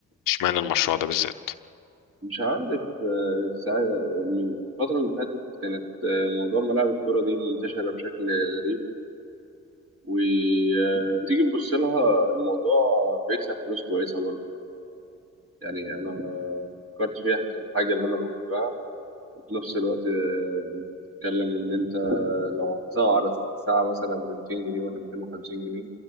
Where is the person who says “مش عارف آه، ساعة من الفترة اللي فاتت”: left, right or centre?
Right